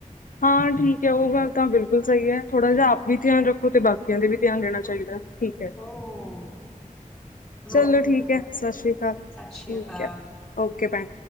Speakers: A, on the left (about 75°); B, in the centre.
A: ਹਾਂ ਠੀਕ ਹੈ ਉਹ ਗੱਲ ਤਾਂ ਬਿਲਕੁਲ ਸਹੀ ਹੈ ਥੋੜਾ ਜਿਹਾ ਆਪ ਵੀ ਧਿਆਨ ਰੱਖੋ ਤੇ ਬਾਕੀ, ਵੀ ਧਿਆਨ ਦੇਣਾ ਚਾਹੀਦਾ ਠੀਕ ਹੈ।
B: ਹੋ
A: ਚਲੋ
B: ਓਕੇ
A: ਠੀਕ
B: ਭੈਣੇ
A: ਹੈ ਸਤਿ ਸ੍ਰੀ ਅਕਾਲ ਠੀਕ
B: ਸਤਿ ਸ੍ਰੀ ਅਕਾਲ।
A: ਹੈ ਓਕੇ ਭੈਣ,